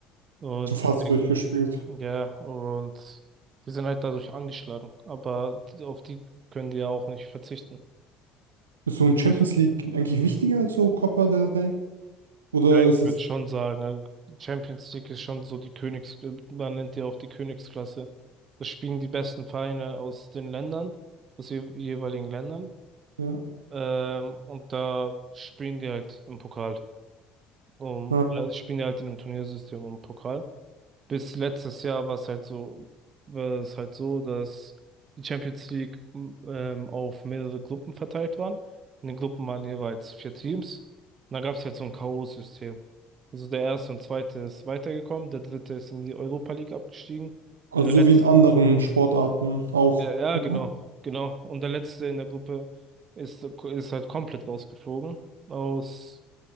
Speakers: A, on the right; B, on the right.
A: Und
B: So fast
A: deswegen
B: durchgespielt.
A: Ja, und die sind halt dadurch angeschlagen. Aber die- auf die können die ja auch nicht verzichten.
B: Ist so ein Champions League eigentlich wichtiger als so Copa del Rey? Oder
A: Ja,
B: ist
A: ich
B: es,
A: würde schon sagen, äh, Champions League ist schon so die Königs, äh, man nennt die auch die Königsklasse. Da spielen die besten Vereine aus den Ländern, aus den jeweiligen Ländern.
B: ja.
A: Ähm, und da spielen die halt im Pokal. Um,
B: Ja.
A: ja, spielen die halt in einem Turniersystem um Pokal. bis letztes Jahr war es halt so, war es halt so, dass die Champions League m- ähm, auf mehrere Gruppen verteilt waren. In den Gruppen waren jeweils vier Teams. Und dann gab es halt so ein K.O.-System. Also der erste und zweite ist weitergekommen, der dritte ist in die Europa League abgestiegen
B: Also
A: und der letzte,
B: so wie in anderen Sportarten auch,
A: ja, ja,
B: oder?
A: genau, genau. Und der letzte in der Gruppe ist, ist halt komplett rausgeflogen aus